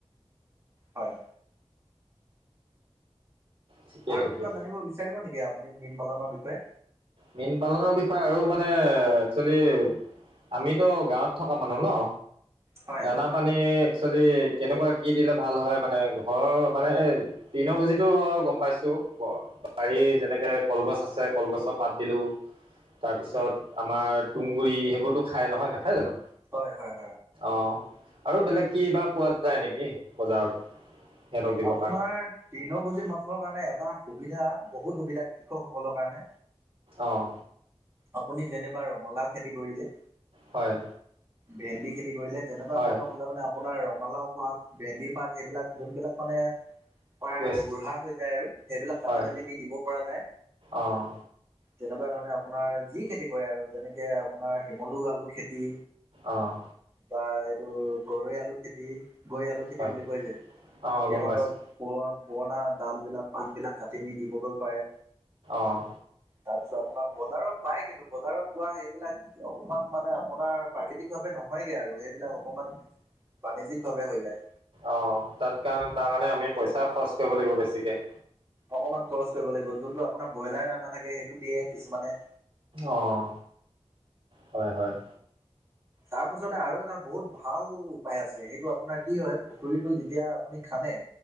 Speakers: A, on the right; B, on the right.
A: হয়
B: ঠিকেই
A: আৰু
B: ঠিকেই
A: কিবা জানিব বিচাৰিব নেকি আপুনি মীন পালনৰ বিষয়ে?
B: মীন পালনৰ বিষয়ে আৰু মানে একচুৱেলি আমিতো গাঁৱত থকা মানুহ ন
A: হয়
B: দানা
A: হয়
B: পানী একচুৱেলি কেনেকুৱা কি দিলে ভাল হয় মানে ঘৰৰ মানে এ তৃন ভুজিতো আৰু গম পাইছো, বাৰীৰ যেনেকে কলগছ আছে কলগছৰ পাত দিলো, তাৰ পিছত আমাৰ তোংগুৰি সেইবোৰতো খাই নহয় নেখায় জানো,
A: হয় হয়
B: অহ আৰু বেলেগ কি বা পোৱা যায় নেকি বজাৰত? সিহঁতক দিবৰ
A: আপোনাৰ
B: কাৰণে
A: তৃণ ভূজি মানুহৰ কাৰণে এটা সুবিধা বহুত সুবিধা কৃষকসকলৰ কাৰণে
B: অঁ
A: আপুনি যেনে ৰঙালাও খেতি কৰিলে
B: হয়
A: ভেন্দি খেতি কৰিলে তেনেকুৱা
B: হয়
A: ধৰণত হ'লে মানে আপোনাৰ ৰঙালাও পাত বেন্দি পাত সেইবিলাক যোনবিলাক মানে প্ৰায়
B: ৱেষ্ট
A: বুঢ়া হৈ যায় আৰু সেইবিলাক কাটি
B: হয়
A: কাটি নি দিব পৰা যায়।
B: অঁ
A: তেনেকুৱা ধৰণে আপোনাৰ যি খেতি কৰে আৰু যেনেকে আপোনাৰ শিমলু আলু খেতি
B: অহ
A: বা এইটো গৰৈ আলু খেতি গৈ আলু খেতি
B: হয়
A: বুলি কয় যে,
B: অঁ
A: সিহঁতৰ
B: গম পাইছোঁ
A: প পুৰণা ডাল বিলাক পাতবিলাক কাটি নি দিবগৈ পাৰে।
B: অঁ
A: তাৰপিছত আপোনাৰ বজাৰত পায় কিন্তু বজাৰত পোৱা সেইবিলাক অকমান মানে আপোনাৰ প্ৰাকৃতিক ভাৱে নহয়গে আৰু সেইবিলাক অকমান বাণিজ্যিক ভাৱে হৈ যায়।
B: অ তাত কাৰ তাৰ কাৰণে আমি পইচাও খৰচ কৰিব লাগিব বেছিকে।
A: অকমান খৰচ কৰিব লাগিব যোনটো আপোনাৰ ব্ৰইলাৰ দানা থাকে সেইটো দিয়ে কিছুমানে
B: অহ হয় হয়
A: তাৰপাছতে আৰু এটা বহুত ভাল উপায় আছে সেইটো আপোনাৰ কি হয় পুখুৰীটো যেতিয়া আপুনি খানে,